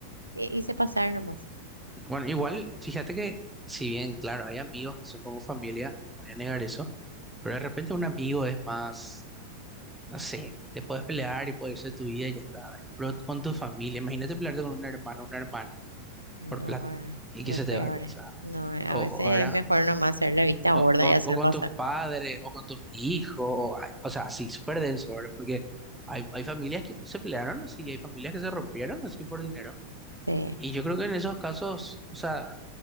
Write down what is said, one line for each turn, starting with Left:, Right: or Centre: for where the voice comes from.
Right: y- hice pasar nomás.
Centre: Bueno, igual, fíjate que si bien, claro, hay amigos que son como familia, no voy a negar eso, pero de repente un amigo es más, no sé, te puedes pelear y puede irse tu vida y ya está, ¿verdad? Pero con tu familia, imagínate pelearte con un hermano o una hermana
Right: No,
Centre: por plata y
Right: lo
Centre: que se
Right: peor.
Centre: te vaya, o sea,
Right: No, a
Centre: o,
Right: veces
Centre: ahora
Right: es mejor nomás hacer la vista
Centre: O,
Right: gorda
Centre: o-
Right: y hacerlo
Centre: o con
Right: pasar.
Centre: tus padres, o con tus hijos, o, ay, o sea, sí, súper denso, ¿verdad? Porque hay, hay familias que se pelearon así, y hay familias que se rompieron así por dinero.
Right: Sí.
Centre: Y yo creo que en esos casos, o sea,